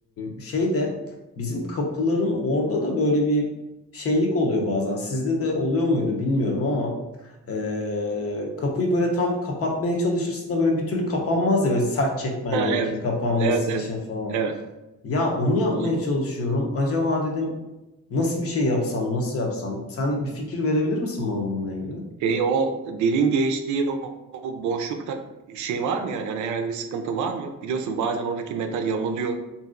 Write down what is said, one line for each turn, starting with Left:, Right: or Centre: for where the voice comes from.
Left: e, şey de bizim kapıların orada da böyle bir şeylik oluyor bazen. Sizde de oluyor muydu bilmiyorum ama e, kapıyı böyle tam kapatmaya çalışırsın da böyle bir türlü kapanmaz ya böyle sert çekmen
Right: Ha,
Left: gerekir
Right: evet.
Left: kapanması
Right: Evet, evet.
Left: için falan.
Right: Evet.
Left: Ya onu yapmaya
Right: Hı hı.
Left: çalışıyorum. Acaba dedim nasıl bir şey yapsam, nasıl yapsam? Sen bir fikir verebilir misin bana bununla ilgili?
Right: Şey o dilin geçtiği o, o boşlukta şey var mı yani? Hani herhangi bir sıkıntı var mı? Biliyorsun bazen oradaki metal yamuluyor.